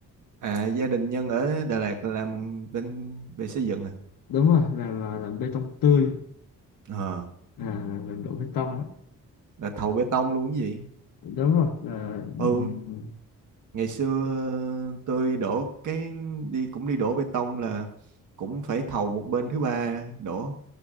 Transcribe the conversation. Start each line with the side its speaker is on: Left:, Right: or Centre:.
Right: à, gia đình Nhân ở Đà Lạt làm bên về xây dựng à
Left: đúng rồi làm ờ, làm bê tông tươi
Right: Ờ,
Left: à, làm, làm đổ bê tông á
Right: là thầu bê tông luôn cái gì
Left: đúng rồi là ừ,
Right: ừ ngày xưa tôi đổ cái đi cũng đi đổ bê tông là cũng phải thầu một bên thứ ba đổ